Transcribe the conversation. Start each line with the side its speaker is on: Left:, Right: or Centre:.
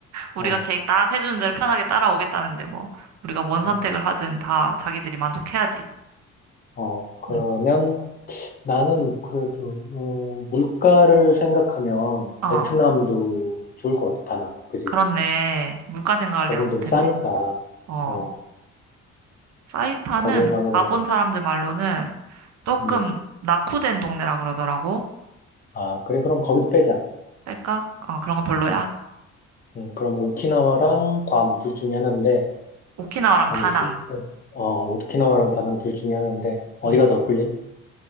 Right: 우리가
Left: 어,
Right: 계획 딱 해주는 대로 편하게 따라오겠다는데 뭐 우리가 뭔 선택을
Left: 어,
Right: 하든 다 자기들이 만족해야지.
Left: 어. 그러면,
Right: 음.
Left: 나는 그래도 어, 물가를 생각하면
Right: 아,
Left: 베트남도 좋을 것 같아. 다낭, 그지?
Right: 그렇네. 물가 생각을
Left: 거긴
Right: 내가 못했네.
Left: 좀 싸니까.
Right: 어.
Left: 어,
Right: 사이판은
Left: 거기는 아무래도.
Right: 가본 사람들 말로는 조금
Left: 음.
Right: 낙후된 동네라 그러더라고.
Left: 아, 그래 그럼 거기도 빼자.
Right: 할까어 그런 거 별로야.
Left: 음, 음, 그럼 오키나와랑 괌 둘 중에 하나인데
Right: 오키나와랑
Left: 아니지.
Right: 다낭.
Left: 오- 어, 오키나와랑 다낭 둘 중에 하나인데 어디가
Right: 음.
Left: 더 끌림?